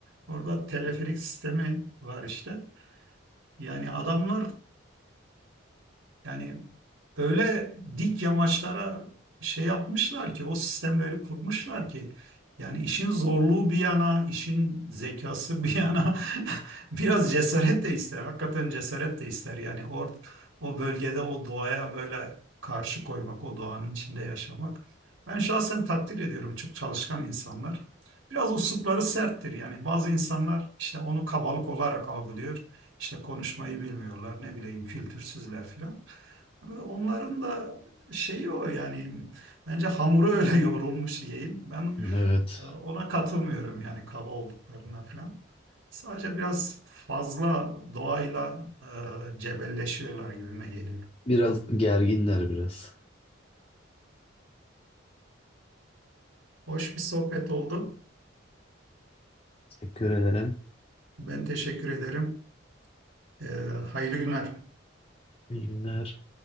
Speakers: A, on the right (about 70°); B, on the left (about 30°).
A: Orada teleferik sistemi var işte. Yani adamlar Yani öyle dik yamaçlara şey yapmışlar ki o sistemleri kurmuşlar ki yani işin zorluğu bir yana, işin zekası bir yana <laughs> biraz cesaret de ister. Hakikaten cesaret de ister. Yani or o bölgede o doğaya böyle karşı koymak, o doğanın içinde yaşamak. Ben şahsen takdir ediyorum çok çalışkan insanlar. Biraz usupları serttir yani bazı insanlar işte onu kabalık olarak algılıyor. İşte konuşmayı bilmiyorlar, ne bileyim kültürsüzler filan. Ve Onların da şeyi o yani bence hamuru öyle <laughs> yoğrulmuş yiyeyim. Ben
B: Evet.
A: e, ona katılmıyorum yani kaba olduklarına falan. Sadece biraz fazla doğayla e, cebelleşiyorlar gibime geliyor.
B: Biraz gerginler biraz.
A: Hoş bir sohbet oldu.
B: Teşekkür ederim.
A: Ben teşekkür ederim. E, hayırlı günler.
B: İyi günler.